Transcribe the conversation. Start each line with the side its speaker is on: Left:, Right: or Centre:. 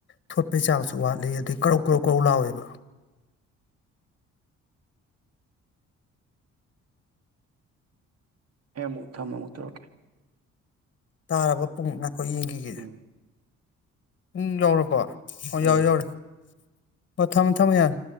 Left: ꯊꯣꯠꯄꯩ ꯆꯥꯡꯁꯨ ꯋꯥꯠꯂꯤ ꯑꯗꯩ ꯀꯔꯧ ꯀꯧꯔꯧ ꯀꯔꯧ ꯂꯥꯎꯋꯦꯕ
Right: ꯑꯩ ꯑꯃꯨꯛ ꯊꯝꯃꯣ ꯑꯃꯨꯛ ꯇꯧꯔꯛꯀꯦ
Left: ꯇꯥꯔꯕ ꯄꯨꯡꯃꯨꯛꯅ ꯍꯣꯏ ꯌꯦꯡꯈꯤꯒꯦ
Right: ꯎꯝ
Left: ꯄꯨꯡ ꯌꯧꯔꯕꯣ <unintelligible>
Right: ꯎꯝ
Left: ꯌꯧꯔꯦ ꯌꯧꯔꯦ ꯍꯣ ꯊꯝꯃꯨ ꯊꯝꯃꯨ ꯌꯥꯔꯦ